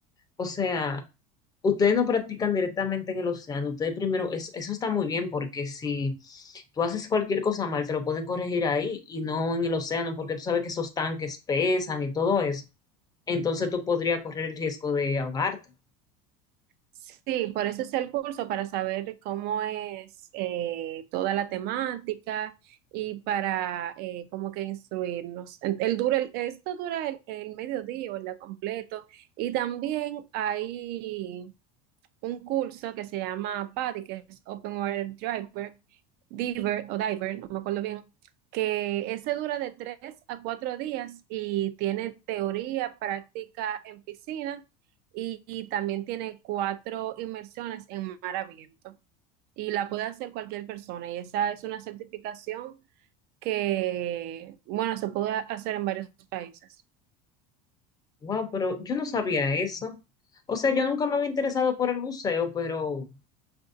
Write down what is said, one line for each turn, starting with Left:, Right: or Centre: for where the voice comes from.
Left: O sea, ustedes no practican directamente en el océano. Ustedes primero, es- eso está muy bien porque si tú haces cualquier cosa mal, te lo pueden corregir ahí y no en el océano porque tú sabes que esos tanques pesan y todo eso. Entonces tú podrías correr el riesgo de ahogarte.
Right: Sí, por eso es el curso, para saber cómo es eh, toda la temática y para eh, como que instruirnos. En- El dura, el- esto dura el, el mediodía o el día completo y también hay un curso que se llama PADI, que es Open Water Diver Diver o Diver, no me acuerdo bien, que ese dura de tres a cuatro días y tiene teoría, práctica en piscina y, y también tiene cuatro inmersiones en mar abierto. Y la puede hacer cualquier persona y esa es una certificación que, bueno, se puede hacer en varios países.
Left: Wow, pero yo no sabía eso. O sea, yo nunca me había interesado por el buceo, pero